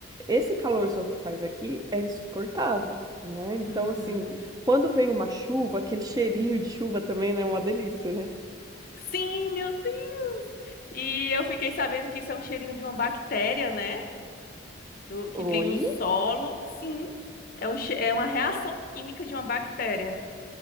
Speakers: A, on the right; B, on the left.
A: esse calorzão que faz aqui é insuportável, né? Então,
B: Uhum.
A: assim, quando vem uma chuva, aquele cheirinho de chuva também, né? É uma delícia, né?
B: Sim, meu Deus! E eu fiquei sabendo que isso é um cheirinho de uma bactéria, né? Do, que
A: Oi?
B: tem no solo. Sim, é, um, che- é uma reação química de uma bactéria.